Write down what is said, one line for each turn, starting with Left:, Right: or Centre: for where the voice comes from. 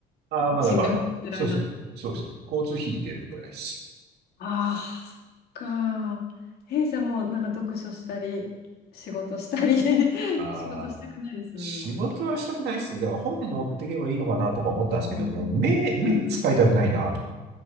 Right: ああ、まあだから、
Left: 新幹線に乗ってる間の。
Right: そうですね。そうですね。交通費出るぐらいです。
Left: ああ、そっか。え、じゃあもうなんか読書したり、仕事したり <laughs>
Right: あ
Left: 仕事したくないですよね、
Right: あ。仕事はしたくないっすね。
Left: でもね。
Right: だから本持ってけばいいのかなとか思ったんですけど、
Left: うん
Right: もう目、目使いたくないなと。
Left: うんうん。